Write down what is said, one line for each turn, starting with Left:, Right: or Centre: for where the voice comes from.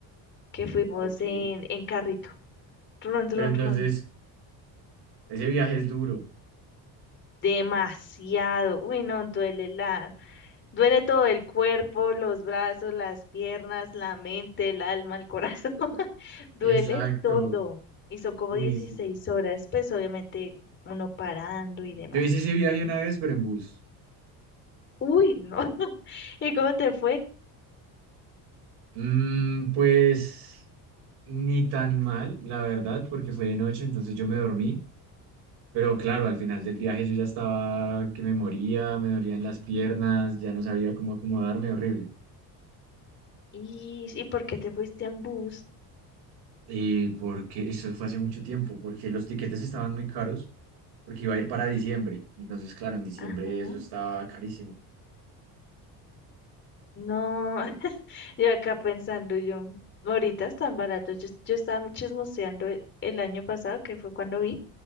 Left: que fuimos
Right: ok.
Left: en, en carrito. Run, run,
Right: Pero entonces,
Left: run.
Right: ese viaje es duro.
Left: Demasiado. Uy, no, duele la, duele todo el cuerpo, los brazos, las piernas, la mente, el alma, el corazón. <laughs> Duele
Right: Exacto.
Left: todo. Y son como
Right: Uy,
Left: 16
Right: sí.
Left: horas, pues obviamente uno parando y demás.
Right: Yo hice ese viaje una vez, pero en bus.
Left: Uy, no. <laughs> ¿Y cómo te fue?
Right: Mm, pues ni tan mal, la verdad, porque fue de noche, entonces yo me dormí. Pero claro, al final del viaje yo ya estaba que me moría, me dolían las piernas, ya no sabía cómo acomodarme, horrible.
Left: ¿Y, y por qué te fuiste en bus?
Right: eh, porque eso fue hace mucho tiempo, porque los tiquetes estaban muy caros, porque iba a ir para diciembre. Entonces, claro, en diciembre
Left: Ajá.
Right: eso estaba carísimo.
Left: No, <laughs> yo acá pensando yo, ahorita están baratos. Yo, yo estaba chismoseando el, el año pasado, que fue cuando vi,